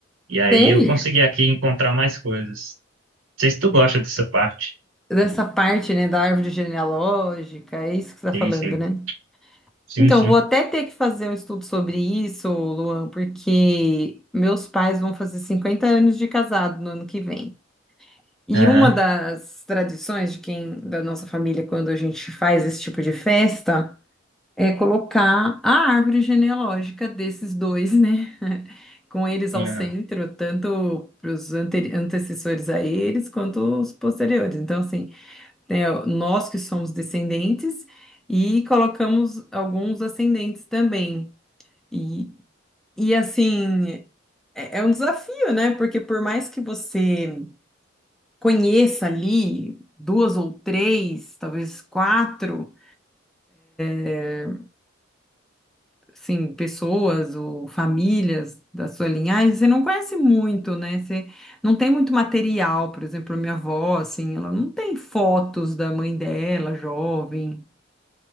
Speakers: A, on the right (about 85°); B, in the centre.
A: E aí
B: Sei
A: eu consegui aqui encontrar mais coisas. sei se tu gosta dessa parte.
B: dessa parte, né, da árvore genealógica, é isso que você está
A: Sim,
B: falando,
A: sim.
B: né?
A: Sim,
B: Então,
A: sim.
B: vou até ter que fazer um estudo sobre isso, Luan, porque meus pais vão fazer 50 anos de casado no ano que vem. E
A: Aham.
B: uma das tradições de quem, da nossa família, quando a gente faz esse tipo de festa, é colocar a árvore genealógica desses dois, né? <laughs> Com eles
A: Aham.
B: ao centro, tanto para os antecessores a eles quanto os posteriores. Então, assim, né, nós que somos descendentes e colocamos alguns ascendentes também. E, e assim, é, é um desafio, né? Porque por mais que você conheça ali duas ou três, talvez quatro é, assim, pessoas ou famílias da sua linhagem, você não conhece muito, né? Você não tem muito material, por exemplo, a minha avó, assim, ela não tem fotos da mãe dela, jovem.